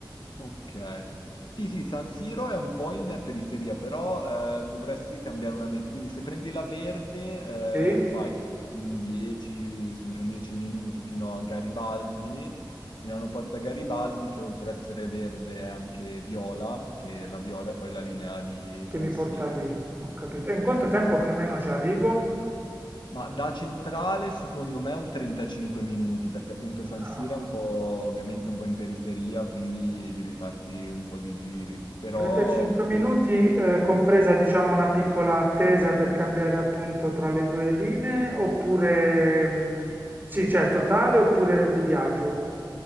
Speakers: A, on the left (about 70°); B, on the right (about 25°).
A: Ok. Sì, sì, San Siro è un po' in periferia, però eh, dovresti cambiare una meta. Quindi se prendi la verde,
B: Sì?
A: eh, fai un 10, sempre un 10 minuti fino a Garibaldi Milano Porta Garibaldi, che oltre a essere verde è anche viola, che la viola è poi la linea di
B: Che
A: San
B: mi porta
A: Siro.
B: lì, ho capito. E in quanto
A: Sì,
B: tempo
A: sì.
B: più o meno ci arrivo?
A: Ma da centrale secondo me è un 35 minuti, perché appunto San
B: Ah,
A: Siro è un po', ovviamente un po' in periferia, quindi devi farti un po' di giri. Però
B: 35 minuti, eh, compresa diciamo una piccola attesa per cambiare appunto tra le due linee, oppure mm, sì, cioè totale oppure di viaggio.